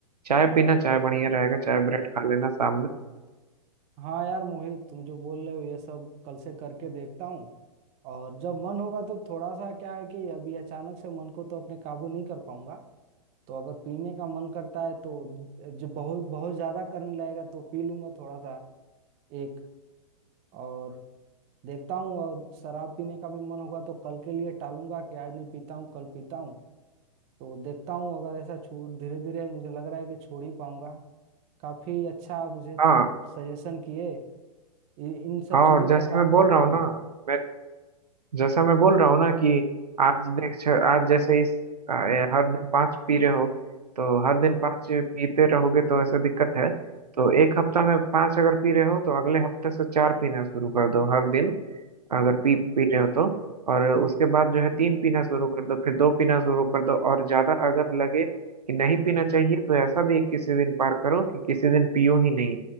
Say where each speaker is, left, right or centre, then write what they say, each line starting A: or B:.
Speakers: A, on the right; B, on the right.
A: चाय पीना चाय बढ़िया रहेगा चाय ब्रेड खा लेना शाम में
B: हाँ यार मोहित तुम जो बोल रहे हो ये सब कल से करके देखता हूँ और जब मन होगा तो थोड़ा सा क्या है कि अभी अचानक से मन को तो अपने काबू नहीं कर पाऊंगा तो अगर पीने का मन करता है तो ज- जो बहुत बहुत ज्यादा करने लगेगा तो पी लूंगा थोड़ा सा एक और देखता हूँ और शराब पीने का भी मन होगा तो कल के लिए टालूंगा कि आज नहीं पीता हूँ कल पीता हूँ तो देखता हूँ अगर ऐसा छोड़ धीरे धीरे मुझे लग रहा है कि छोड़ ही पाऊंगा काफी अच्छा मुझे
A: हाँ
B: तुम सजेशन किए इ- इन सब
A: हाँ
B: चीजों
A: और जैसे
B: पे काम
A: मैं बोल
B: करता
A: रहा
B: हूँ
A: हूँ ना
B: मैं
A: मैं जैसा मैं बोल रहा हूँ ना कि आज देख छ- आज जैसे इस अ, हर दिन पाँच पी रहे हो तो हर दिन पाँच पीते रहोगे तो ऐसा दिक्कत है तो एक हफ्ता में पाँच अगर पी रहे हो तो अगले हफ्ते से चार पीना शुरू कर दो हर दिन अगर पी पी रहे हो तो और उसके बाद जो है तीन पीना शुरू कर दो फिर दो पीना शुरू कर दो और ज्यादा अगर लगे कि नहीं पीना चाहिए तो ऐसा भी एक किसी दिन पार करो कि किसी दिन पियो ही नहीं